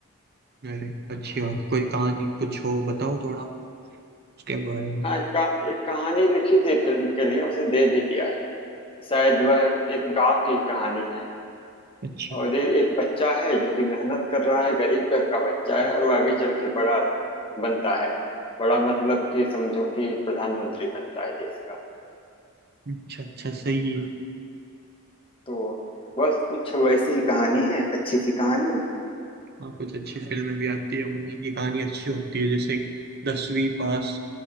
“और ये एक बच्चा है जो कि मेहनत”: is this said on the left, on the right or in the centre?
Left